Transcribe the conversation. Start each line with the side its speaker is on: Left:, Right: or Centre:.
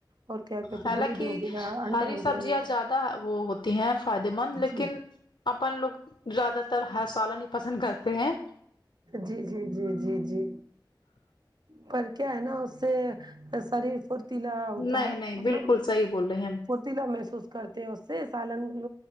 Right: اور کیا کہتے
Left: حالانک
Right: دودھ ہو گیا انڈے
Left: ہری
Right: ہو
Left: سبزیاں
Right: گئے
Left: زیادہ وہ ہوتی ہیں فائدے مند لیکن
Right: جی
Left: اپن لوگ زیادہ تر ہ سالن پسند کرتے ہیں
Right: جی جی جی جی جی پر کیا ہے نا اس سے شریر فھرتیلا ہوتا
Left: نہیں
Right: ہے
Left: نہیں
Right: مطلب
Left: بالکل صحیح بول رہی ہیں
Right: لا محسوس کرتے ہیں اس سے سالن